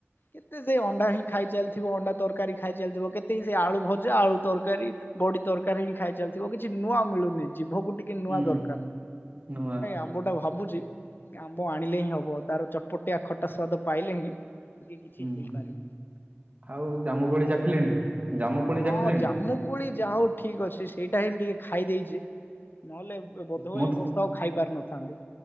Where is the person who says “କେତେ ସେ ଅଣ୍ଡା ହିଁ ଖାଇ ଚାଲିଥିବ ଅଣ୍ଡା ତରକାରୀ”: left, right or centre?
Left